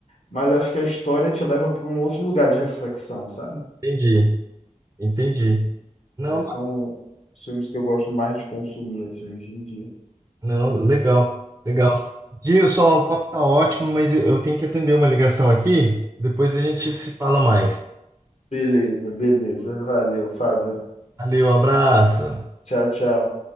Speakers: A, on the left (about 60°); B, on the right (about 25°).
A: Mas acho que a história te leva para um outro lugar de reflexão, sabe?
B: Entendi, entendi. Não,
A: Aí são os filmes que eu gosto mais de consumir, assim, hoje em dia.
B: não, legal, legal. Gilson, o papo tá ótimo, mas eu eu tenho que atender uma ligação aqui. Depois a gente se fala mais.
A: Beleza, beleza. Valeu, Fábio.
B: Valeu, abraço.
A: Tchau, tchau.